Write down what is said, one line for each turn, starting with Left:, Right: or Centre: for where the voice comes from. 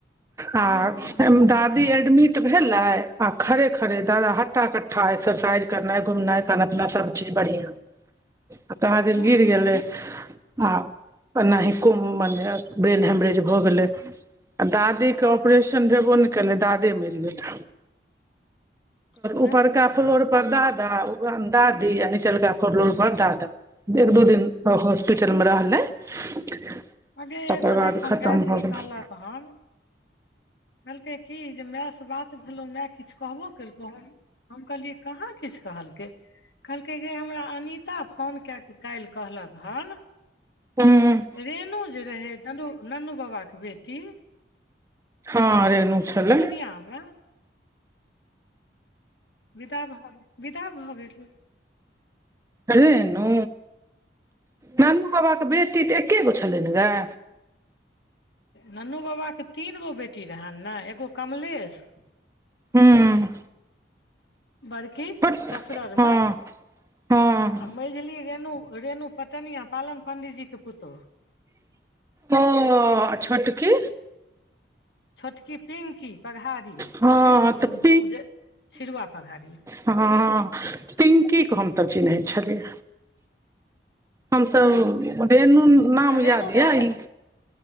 Left: हँ
Right: आ
Left: हँ
Right: एम दादी एय एडमिट भेले आ खड़े खड़े दादा हट्ठटा कट्ठा एक्सरसाइज करनाय घुमनाय खाना पीना सब चीज बढ़िया कहाँ दिन
Left: हँ
Right: गिर गेलै आ एनाहि को मने ब्रेन हेमरेज भऽ गेलै। आ दादी के ऑपरेशन भेबो ने केले। दादे मरि गेलै
Left: उएह
Right: उपरका
Left: ने कहलहुँ
Right: फ्लोर पर दादा। दादी आ निचलका फ्लोर पर दाद एक दू दिन हॉस्पिटल मे रहले। <inaudible>
Left: अगे एगो जेखन
Right: खतम
Left: गायत्री
Right: भऽ गेलै
Left: कहलक हन कहलकै की जे मै। बात भेलहु माय किछु कहबो केलकौ हम कहलियै कहाँ किछु कहलकै। कहलकै जे हमरा अनता फोन कए कऽ काल्हि कहलक हन।
Right: हुँ
Left: रेणु जे रहै ननु ननु बाबाके बेटी।
Right: हँ रेनु छलै।
Left: हमरा। बिदा भऽ गेल बिदा भऽ गेल।
Right: कले नू। नानू बाबाके बेटी तऽ एक्के गो छलै ने गै।
Left: ननु बाबाके तीन गो बेटी रहनि ने एगो कमलेश।
Right: हूँ।
Left: बड़की
Right: छोट
Left: कसररमे।
Right: हँ हँ
Left: हम मैझली रेणु रेणु पटनिया पालन पण्डीजीके पुतहु।
Right: ओ आ छोटकी।
Left: छोटकी पिंकी पघारी
Right: हँ
Left: शीर्ष
Right: तऽ
Left: जे छिरुआ पघारी
Right: हँ हँ पिंकी के हम तऽ चिन्हैत छलियै हमसब रेणु नाम
Left: तऽ रेणु
Right: याद
Left: तक
Right: यऽ ई